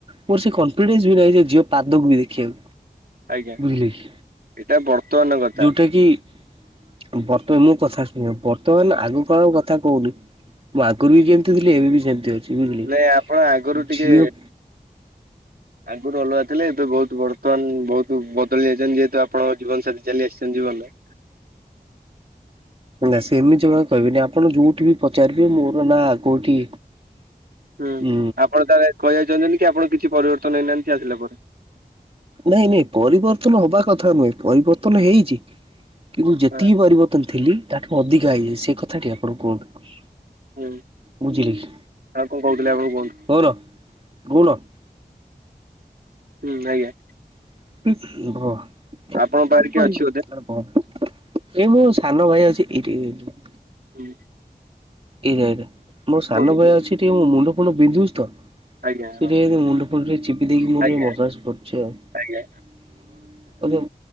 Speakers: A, on the right; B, on the right.
A: ମୋର ସେ କଂଫିଡେନ୍ସ ବି ନାହିଁ ସେ ଝି ପାଦକୁ ବି ଦେଖିବାକୁ।
B: ଆଜ୍ଞା
A: ବୁଝିଲେ କି
B: ଏଇଟା ବର୍ତ୍ତମାନ କଥା
A: ଯୋଉଟା କି ବର୍ତ୍ତମାନ ମୁଁ କଥା ଶୁଣ ବର୍ତ୍ତମାନ ଆଗକାଳର କଥା କହୁନି। ମୁଁ ଆଗରୁ ବି ଯେମତି ଥିଲି ଏବେ ବି ସେମତି ଅଛି ବୁଝିଲେ
B: ନାଇଁ ଆପଣ ଆଗରୁ ଟିକେ
A: ଝିଅ
B: ଆଗରୁ ଅଲଗା ଥିଲେ ଏବେ ବୋହୁତ ବର୍ତ୍ତମାନ ବୋହୁତ ବଦଳି ଯାଇଛନ୍ତି ଯେହେତୁ ଆପଣଙ୍କ ଜୀବନ ସାଥି ଚାଲି ଆସିଛନ୍ ଜୀବନରେ।
A: ନା ସେମିତି ଜମା ବି କହିବେନି ଆପଣ ଯୋଉଠି ବି ପଚାରିବେ ମୋର ନା କୋଉଠି
B: ହୁଁ
A: ଉଁ
B: ଆପଣ ତାହେଲେ କହିବାକୁ ଚାହୁଛନ୍ତି କି ଆପଣ କିଛି ପରିବର୍ତ୍ତନ ହେଇନାହାନ୍ତି ସିଏ ଆସିଲା ପରେ।
A: ନାଇଁ ନାଇଁ ପରିବର୍ତ୍ତନ ହବା କଥା ନୁହେଁ ପରିବର୍ତ୍ତନ ହେଇଚି। କିନ୍ତୁ ଯେତିକି
B: ହଁ
A: ପରିବର୍ତ୍ତନ ଥିଲି ତାଠୁ ଅଧିକା ହେଇଯାଇ ସେ କଥାଟି ଆପଣ କୁହନ୍ତୁ।
B: ହୁଁ ଆଉ
A: ବୁଝିଲେ କି
B: କଣ କହୁଥିଲେ ଆପଣ କୁହନ୍ତୁ?
A: <unintelligible>
B: ହୁଁ ଆଜ୍ଞା।
A: <unintelligible> ହଁ
B: ଆପଣଙ୍କ ପାଖରେ କିଏ
A: ଏଇ
B: ଅଛି ବୋଧେ?
A: ମୋ ସାନ ଭାଇ ଅଛି ଏଇଠି।
B: ହୁଁ।
A: ଏଇଟା ଏଇଟା ମୋ ସାନ
B: କୁହନ୍ତୁ
A: ଭାଇ ଅଛି ଟିକେ ମୋ ମୁଣ୍ଡ ଫୁଣ୍ଡ ବିନ୍ଧୁଛି ତ <unintelligible>
B: ଆଜ୍ଞା ହଁ
A: ମୁଣ୍ଡ ଆ ଟିକେ ଚିପି ଦେଇକି ମୋର
B: ଆଜ୍ଞା
A: ଟିକେ ମସାଜ କରୁଛି ଆଉ
B: ଆଜ୍ଞା।